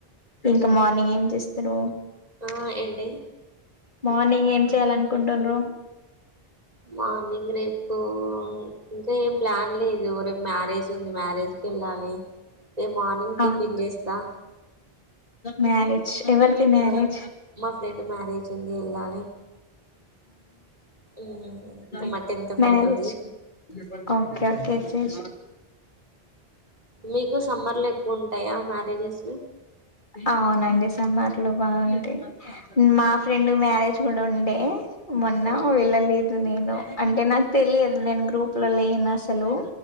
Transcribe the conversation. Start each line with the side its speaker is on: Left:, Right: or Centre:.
Left: ఇంకా మార్నింగ్ ఏం చేస్తాడూ
Right: ఆ ఏంటి?
Left: మార్నింగ్ ఏం చెయాలనుకుంటుండ్రు
Right: మార్నింగ్ రేపు ఇంకా ఏం ప్లాన్ లేదు రేపు మ్యారేజ్ ఉంది మ్యారేజ్కి వెళ్ళాలి రేపు మార్నింగ్ టిఫిన్
Left: ఆహా
Right: చేస్తా
Left: మ్యారేజ్ ఎవర్ది మ్యారేజ్
Right: ఆ మా ఫ్రెండ్ మ్యారేజ్ ఉంది వెళ్ళాలి ఉమ్
Left: ఆ
Right: మా టెన్త్ ఫ్రెండ్ది
Left: మ్యారేజ్ ఓకే ఓకే చేస్
Right: మీకు సమ్మర్ లో ఎక్కువ ఉంటాయా మ్యారేజెస్
Left: అవునండి సమ్మార్ ఇట్లో బాగుంటయి మా ఫ్రెండ్ మ్యారేజ్ గుడ ఉండే. మొన్న
Right: అవు
Left: వెళ్ళలేదు ద నేను అంటే నాకు తెలియదు నేను గ్రూప్ లో లేను అసలు.